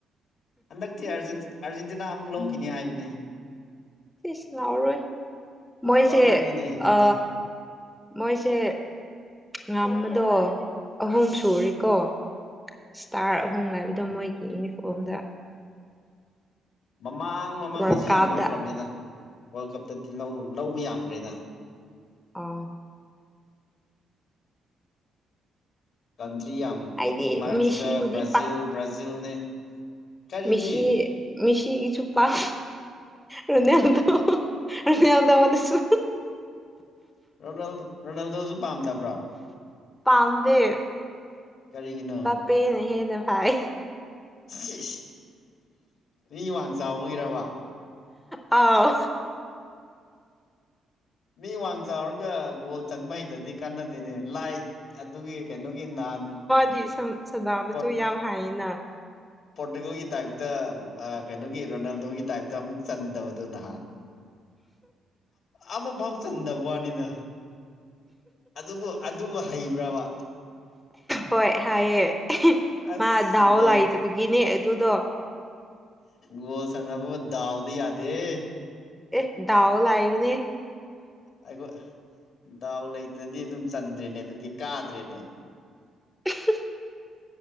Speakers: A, on the left (about 65°); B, in the centre.
A: ꯍꯟꯗꯛꯇꯤ ꯑꯥꯔꯖꯦꯟꯇꯤꯟ ꯑꯥꯔꯖꯦꯟꯇꯤꯅꯥ ꯑꯃꯨꯛ ꯂꯧꯈꯤꯅꯤ ꯍꯥꯏꯕꯅꯦ
B: ꯏꯁ ꯂꯥꯎꯔꯣꯏ ꯃꯣꯏꯁꯦ
A: ꯂꯧꯔꯅꯤꯅꯦ ꯍꯟꯗꯛꯇꯤ
B: ꯑ ꯃꯣꯏꯁꯦ ꯉꯝꯕꯗꯣ ꯑꯍꯨꯝ ꯁꯨꯔꯤꯀꯣ ꯏꯁꯇꯥꯔ ꯑꯍꯨꯝ ꯂꯥꯏꯕꯗꯣ ꯃꯣꯏꯒꯤ ꯌꯨꯅꯤꯐꯣꯝꯗ
A: ꯃꯃꯥꯡ ꯃꯃꯥꯡꯗꯁꯨ
B: ꯋꯥꯔꯜ ꯀꯞꯇ
A: ꯌꯥꯝ ꯂꯧꯈ꯭ꯔꯝꯅꯤꯗ ꯋꯥꯜ ꯀꯞꯇꯗꯤ ꯂꯧ ꯂꯧꯕ ꯌꯥꯝꯒꯔꯦꯗ
B: ꯑꯥ
A: ꯀꯟꯇꯔꯤ ꯌꯥꯝ
B: ꯑꯩꯗꯤ
A: ꯃꯔꯛꯁꯤꯗ
B: ꯃꯦꯁꯤꯕꯨꯗꯤ
A: ꯕ꯭ꯔꯥꯖꯤꯜ ꯕ꯭ꯔꯥꯖꯤꯜꯅꯦ ꯀꯔꯤꯒꯤ
B: ꯃꯤꯁꯤ ꯃꯤꯁꯤꯒꯤꯆꯨ ꯄꯥꯝ ꯔꯣꯅ꯭ꯌꯥꯜꯗꯣ ꯔꯅ꯭ꯌꯥꯜꯗꯣ ꯅꯁꯨ
A: ꯔꯣꯅꯥꯜꯗꯣ ꯔꯣꯅꯥꯜꯗꯣꯖꯨ ꯄꯥꯝꯗꯕ꯭ꯔꯣ
B: ꯄꯥꯝꯗꯦ
A: ꯀꯔꯤꯒꯤꯅꯣ
B: ꯄꯦꯅ ꯍꯦꯟꯅ ꯐꯥꯏ
A: ꯁꯤꯁ ꯃꯤ ꯋꯥꯡ ꯆꯥꯎꯕꯩꯔꯕ
B: ꯑꯥꯎ
A: ꯃꯤ ꯋꯥꯡ ꯆꯥꯎꯔꯒ ꯒꯣꯜ ꯆꯟꯕ ꯍꯩꯇꯗꯤ ꯀꯥꯟꯅꯗꯦꯅꯦ ꯂꯥꯏ ꯑꯗꯨꯒꯤ ꯀꯩꯅꯣꯒꯤ ꯅꯍꯥꯟ
B: ꯒꯤ ꯁꯨꯝ ꯁꯅꯥꯕꯁꯆꯨ
A: ꯄꯣꯔꯠ
B: ꯌꯥꯝ ꯍꯥꯏꯅ
A: ꯄꯣꯔꯇꯨꯒꯜꯒꯤ ꯇꯥꯏꯞꯇ ꯑꯥ ꯀꯩꯅꯣꯒꯤ ꯔꯣꯅꯥꯜꯗꯣꯒꯤ ꯇꯥꯏꯞꯇ ꯑꯃꯨꯛ ꯆꯟꯗꯕꯗꯣ ꯅꯍꯥꯟ ꯑꯃꯕꯥꯎ ꯆꯟꯗ ꯋꯥꯅꯤꯗ ꯑꯗꯨꯕꯨ ꯑꯗꯨꯕꯨ ꯍꯩꯕ꯭ꯔꯥꯕ
B: ꯍꯣꯏ ꯍꯥꯏꯌꯦ
A: ꯑꯁ
B: ꯃꯥ ꯗꯥꯎ
A: ꯒꯣꯜ
B: ꯂꯥꯏꯇꯕꯒꯤꯅꯦ ꯑꯗꯨꯗꯣ
A: ꯒꯣꯜ ꯁꯥꯟꯅꯕꯕꯨ ꯗꯥꯎꯗ ꯌꯥꯗꯦꯍꯦ
B: ꯑꯦ ꯗꯥꯎ ꯂꯥꯏꯕꯅꯦ
A: ꯑꯩꯈꯣꯏ ꯗꯥꯎ ꯂꯩꯇꯗꯤ ꯑꯗꯨꯝ ꯆꯟꯗ꯭ꯔꯦꯅꯦ ꯑꯗꯨꯗꯤ ꯀꯥꯗ꯭ꯔꯦꯅꯦ
B: <unintelligible>